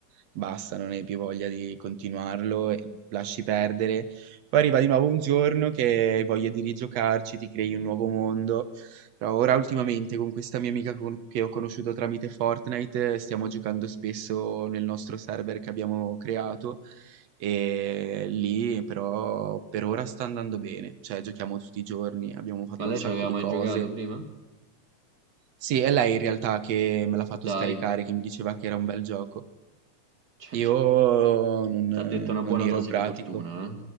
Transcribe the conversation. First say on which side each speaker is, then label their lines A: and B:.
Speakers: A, on the right; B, on the right.
A: basta, non hai più voglia di continuarlo, e lasci perdere. Poi arriva di nuovo un giorno che hai voglia di rigiocarci, ti crei un nuovo mondo. Però ora ultimamente con questa mia amica con- che ho conosciuto tramite Fortnite eh, stiamo giocando spesso nel nostro server che abbiamo creato. E lì però per ora sta andando bene, cioè giochiamo tutti i giorni, abbiamo fatto
B: ma lei
A: un sacco
B: ci aveva
A: di
B: mai
A: cose.
B: giocato prima?
A: Sì, è lei in realtà che me l'ha fatto
B: Dai,
A: scaricare,
B: <laughs>
A: che mi diceva che era un bel gioco.
B: cioè,
A: Io non,
B: ti ha detto una
A: non
B: buona
A: ero
B: dose
A: pratico.
B: di fortuna, eh?